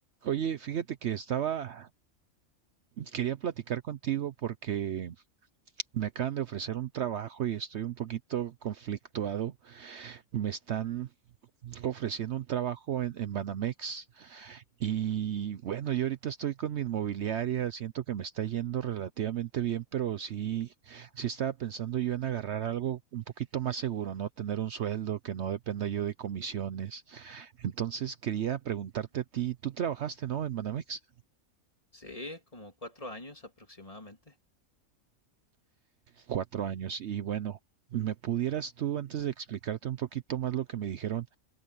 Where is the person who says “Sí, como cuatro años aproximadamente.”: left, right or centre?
Left